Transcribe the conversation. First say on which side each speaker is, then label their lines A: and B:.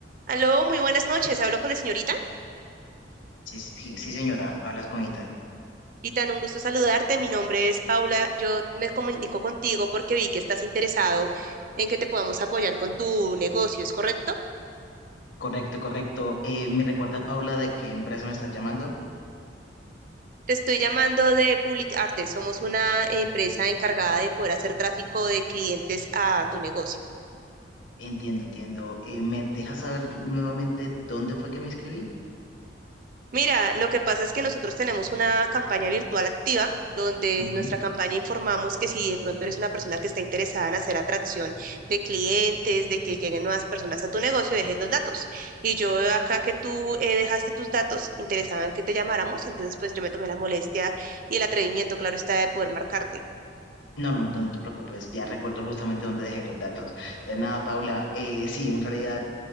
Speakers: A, on the right; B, on the left.
A: Aló, muy buenas noches. Hablo con la señorita.
B: Sí, sí, sí, señora, hablas con Ethan.
A: Itan, un gusto saludarte. Mi nombre es Paula. Yo me comunico contigo porque vi que estás interesado en que te podamos apoyar con tu negocio, ¿es correcto?
B: Correcto, correcto. Eh, ¿me recuerdas, Paula, de qué empresa me estás llamando?
A: Te estoy llamando de Public Arte. Somos una empresa encargada de poder hacer tráfico de clientes a tu negocio.
B: Entiendo, entiendo. Eh, ¿me dejas saber nuevamente dónde fue que me inscribí?
A: Mira, lo que pasa es que nosotros tenemos una campaña virtual activa donde
B: Ujú.
A: en nuestra campaña informamos que si de pronto eres una persona que está interesada en hacer atracción de clientes, de que lleguen nuevas personas a tu negocio, dejes los datos. Y yo veo acá que tú eh, dejaste tus datos, interesaban que te llamáramos, entonces pues yo me tomé la molestia y el atrevimiento, claro está, de poder marcarte.
B: No, no, no te preocupes, ya recuerdo justamente dónde dejé los datos. Entonces, nada, Paula, eh, sí, en realidad,